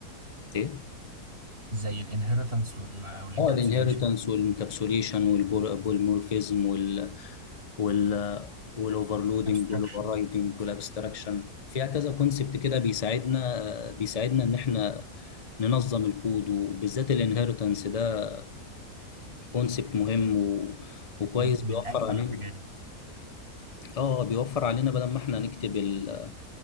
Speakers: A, on the left; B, on the right.
A: ايه
B: زي الانهيرتنس والانكابسوليشن
A: اه الانهيرتنس والانكابسوليشن والبولمورفيزم وال وال والاوفرلودنج
B: abstraction
A: والاوفررايدنج والابستراكشن فيها كذا كونسبت كده بيساعدنا بيساعدنا ان احنا ننظم الكود وبالذات الانهيرتنس ده كونسبت مهم و... وكويس
B: من
A: بيوفر
B: من أجمل
A: علينا
B: الحاجات
A: اه بيوفر علينا بدل ما احنا نكتب ال